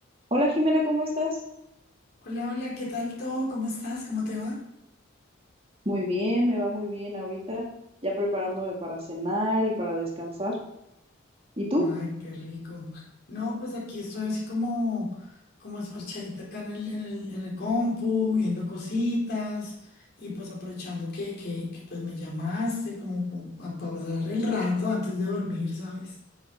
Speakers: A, on the right (about 30°); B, on the left (about 50°).
A: Hola Jimena, ¿cómo estás?
B: Hola, hola, ¿qué tal todo? ¿Cómo estás? ¿Cómo te va?
A: Muy bien, me va muy bien ahorita, ya preparándome para cenar y para descansar. ¿Y tú?
B: Ay, qué rico. No, pues aquí estoy así como, como esparchadita acá en el, en el, en el compu, viendo cositas y pues aprovechando que, que, que, pues me llamaste como para pasar el rato antes de dormir, ¿sabes?